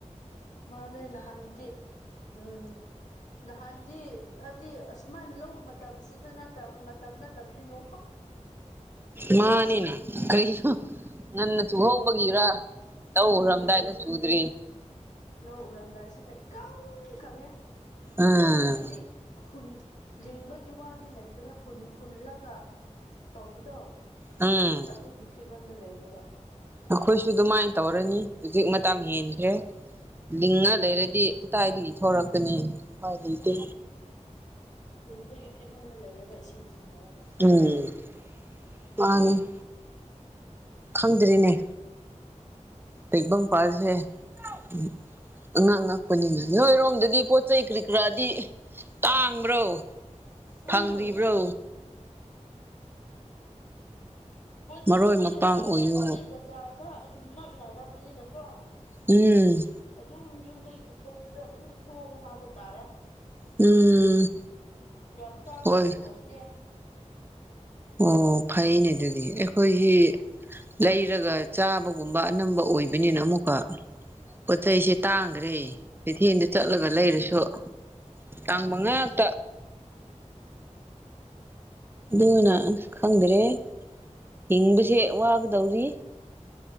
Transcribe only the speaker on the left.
ꯃꯥꯅꯦꯅ ꯍꯥꯟꯗꯤ ꯎꯝ ꯅꯍꯥꯟꯗꯤ ꯍꯥꯏꯕꯗꯤ ꯑꯁꯨꯃꯥꯏꯅ ꯂꯧ ꯃꯇꯝꯁꯤꯗ ꯅꯠꯇꯕ ꯃꯇꯝ ꯅꯠꯇꯕꯤꯔꯤꯅꯣ
ꯑꯣꯏꯕꯒꯤꯔ
ꯈꯪꯗꯦ
ꯂꯧ ꯎꯔꯝꯗꯥꯏꯁꯤꯅ ꯏꯀꯪ ꯀꯪꯉꯦ
ꯑꯈꯣꯏꯔꯣꯝꯗꯗꯤ ꯍꯨꯟ ꯂꯤꯡꯕꯒꯤ ꯋꯥꯗꯤ ꯂꯩꯇꯥꯔꯦ ꯍꯨꯟ ꯐꯨꯜꯂꯒ ꯇꯧꯕꯗꯣ
ꯑꯗꯨꯒꯤ ꯐꯤꯕꯝꯗ ꯂꯩꯔꯦꯕ
ꯍꯨꯟꯕꯒꯤ ꯐꯤꯕꯝꯗ ꯂꯩꯔꯒ ꯏꯁꯤꯡ ꯆꯤꯡꯅꯔꯒ
ꯎꯝ ꯄꯣꯠ ꯆꯩꯩꯕꯨꯗꯤ
ꯍꯣꯏ
ꯑꯈꯣꯏꯕꯨꯗꯤ ꯕꯖꯥꯔꯗ ꯑꯁꯨꯝ ꯅꯛꯅꯔꯕꯅꯤꯅꯀꯣ
ꯑꯗꯨꯝ ꯌꯨꯝꯗꯒꯤ ꯄꯨꯊꯣꯛꯄꯗꯣ ꯑꯗꯨꯝ ꯍꯣꯡꯉꯦ ꯍꯥꯏꯕ ꯇꯥꯔꯦ
ꯌꯥꯝ ꯇꯥꯡꯕꯗꯤ
ꯑꯣꯏꯗꯦ
ꯎꯝ